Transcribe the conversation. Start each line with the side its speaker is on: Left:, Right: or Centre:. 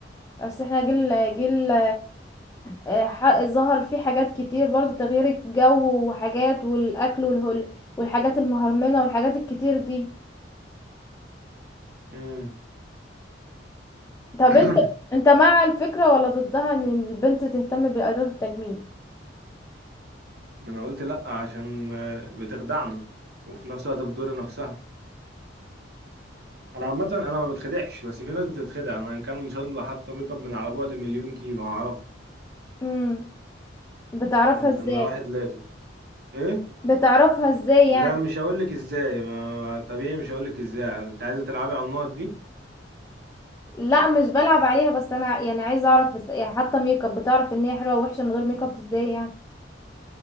Left: اصل احنا جيل جيل <laughs> آه، ح- ظهر فيه حاجات كتير برضو تغيير الجو وحاجات والاكل والهول والحاجات المهرمنة والحاجات الكتير دي
Right: امم
Left: طب
Right: <coughs>
Left: انت
Right: <clears throat>
Left: انت مع الفكرة ولا ضدها ان البنت تهتم بأداة التجميل
Right: ما انا قلت لا عشان آه، بتخدعنا وفي نفس الوقت بتضر نفسها انا عامه انا ما بتخدعش بس في ناس بتتخدع انا ان كان ان شاء الله حاطه ميك اب من على بعد مليون كيلو هعرفها
Left: امم بتعرفها
Right: يعني
Left: ازاي
Right: انا واحد لافف ايه
Left: بتعرفها ازاي
Right: لا
Left: يعني
Right: مش هقول لك ازاي ما طبيعي مش هقول لك ازاي انت عايزه تلعبي على النقط دي
Left: لا مش بلعب عليها بس انا يعني عايزه اعرف بس يعني حتى ميك اب بتعرف ان هي حلوه ووحشه من غير ميك اب ازاي يعني